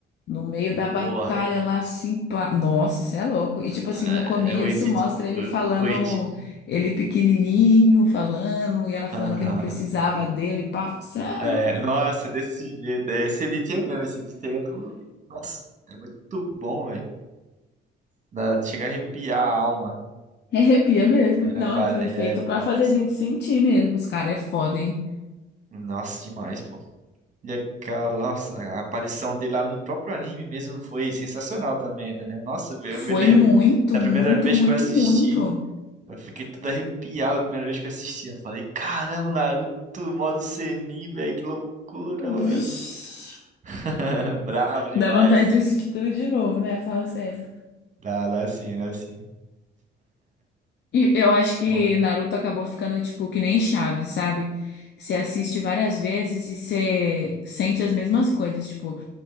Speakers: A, on the left (about 60°); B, on the right (about 40°).
A: No meio da batalha
B: Boa.
A: lá, assim, pá. Nossa, você é louco. E tipo assim,
B: É,
A: no começo
B: o Edit.
A: mostra ele falando,
B: O, o Edit.
A: ele pequenininho falando, e ela falando
B: Aham.
A: que não precisava dele, pá, você é
B: É,
A: louco.
B: nossa, desse jeito. É, esse Edit aí mesmo. Esse Edit aí é do. Nossa, é muito bom, velho. Dá- Chega a arrepiar a alma.
A: <laughs> Arrepia mesmo.
B: Aí Ele
A: Não,
B: apare-
A: ele foi
B: aí
A: feito
B: ele
A: pra
B: aparece
A: fazer a gente
B: lá.
A: sentir mesmo. Os caras é foda, hein?
B: Nossa, demais, pô. E aquela, nossa, a aparição dele lá no próprio anime mesmo foi sensacional também, né? Nossa, eu
A: Foi
B: me lembro
A: muito,
B: da
A: muito,
B: primeira vez
A: muito,
B: que eu assisti.
A: muito.
B: Eu fiquei todo arrepiado a primeira vez que eu assisti. Eu falei, caramba, Naruto, modo Sennin, velho, que loucura, mano.
A: Vixe.
B: <laughs> Bravo demais.
A: Dá vontade de assistir tudo de novo, né? Fala sério.
B: Dá, dá sim, dá sim.
A: E eu acho que
B: Bom,
A: Naruto acabou ficando tipo que nem Chaves, sabe? Você assiste várias vezes e você sente as mesmas coisas. Tipo,